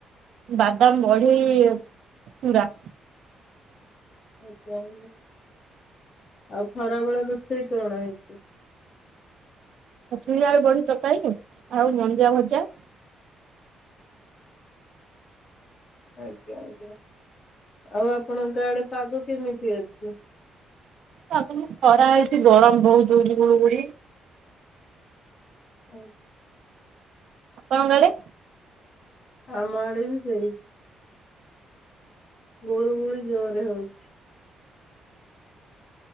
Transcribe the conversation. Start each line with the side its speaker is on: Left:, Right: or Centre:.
Right: ବାଦାମ ବଢୀ ଚୁରା।
Left: ଆଛା ଆଉ, ଆଉ ଖରାବେଳ ରୋଷେଇ କଣ ହେଇଚି?
Right: ଛୁଇଁ ଆଳୁ ବଢି ତରକାରୀ ଆଉ ଆଉ ମଞ୍ଜା ଭଜା
Left: ଆଜ୍ଞା ଆଜ୍ଞା। ଆଉ ଆପଣଙ୍କ ଆଡେ ପାଗ କେମିତି ଅଛି?
Right: ପାଗନା ଖରା ହୋଉଚି ଗରମ ବୋହୁତ ହୋଉଚି ଗୁଳୁଗୁଳି।
Left: ଆଉ
Right: ଆପଣଙ୍କ ଆଡେ?
Left: ଆମ ଆଡେ ବି ସେଇ ଗୁଳୁଗୁଳି ଜୋରେ ହୋଉଚି।